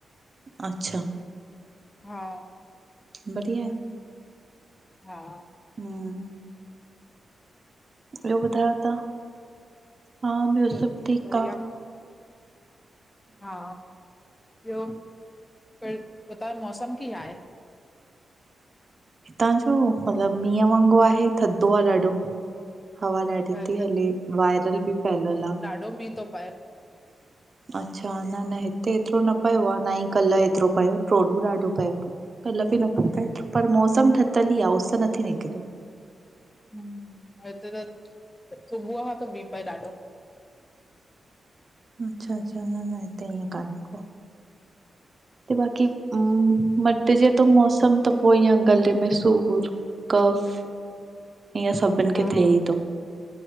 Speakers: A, on the right (about 35°); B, on the left (about 20°).
A: अच्छा
B: हा
A: बढ़िया आहे।
B: हा
A: हम्म ॿियो ॿधयो तां? हा ॿियो सभ
B: त सभु
A: ठीक
B: बढ़िया
A: आ।
B: हा ॿियो प हुतां जो मौसमु कीअं आहे।
A: हितां जो मतलबु मींहं वांगुरु आहे थधो आहे ॾाढो। हवा ॾाढी
B: त हिते
A: थी हले वायरल बि फैलल आ।
B: ॾो मींह थो पाए।
A: अच्छा न
B: हम्म
A: न हिते एतिरो न पियो आ न ई कल्ह एतिरो पयो ट्रोडूं ॾाढो पएयो। कल बि न पो पए पर मौसम ठतल ई आ उस नथी निकरे।
B: हम्म हिते त सुबुह खां त बीह पए ॾाढो।
A: अच्छा अच्छा न न हिते ई कानहे को। ते बाक़ी हम मट जे त मौसम त पो ईंय गले में सूर कफ ईअं सभिनि
B: हा।
A: खे थिए ई थो